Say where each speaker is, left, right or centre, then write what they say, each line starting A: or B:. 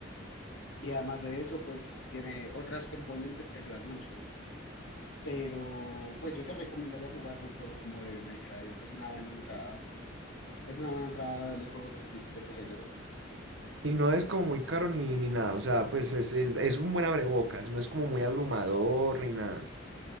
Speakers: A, on the left; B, on the right.
A: Y además de eso, pues tiene otras componentes que ayudan mucho. Pero, pues yo te recomendaría jugar un juego como Devil May Cry, o sea, es una buena entrada. Es una buena entrada a los juegos de ese, ti- de ese género.
B: Y no es como muy caro ni, ni nada, o sea, pues es, es, es un buen abrebocas, no es como muy abrumador ni nada.